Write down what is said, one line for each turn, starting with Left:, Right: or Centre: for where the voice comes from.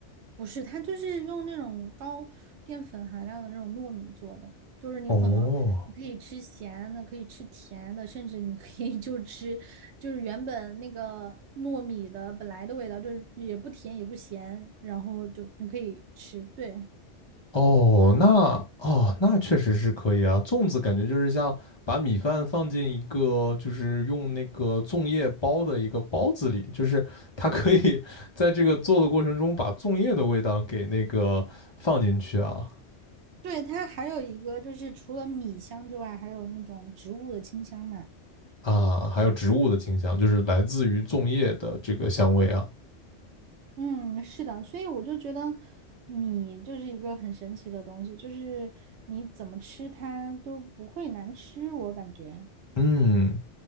Right: 不是，它就是用那种高淀粉含量的那种糯米做的，就是你可能你可以吃咸的，
Left: 哦，
Right: 可以吃甜的，甚至你可以就吃就是原本那个糯米的本来的味道，就是也不甜也不咸，然后就你可以吃，对。
Left: 哦，那哦，那确实是可以啊。粽子感觉就是像把米饭放进一个，就是用那个粽叶包的一个包子里，就是它可以 <laughs> 在这个做的过程中把粽叶的味道给那个放进去啊
Right: 对，它还有一个就是除了米香之外，还有那种植物的清香嘛。
Left: 啊，还有植物的清香，就是来自于粽叶的这个香味啊。
Right: 嗯，是的，所以我就觉得米就是一个很神奇的东西，就是你怎么吃它都不会难吃，我感觉。
Left: 嗯，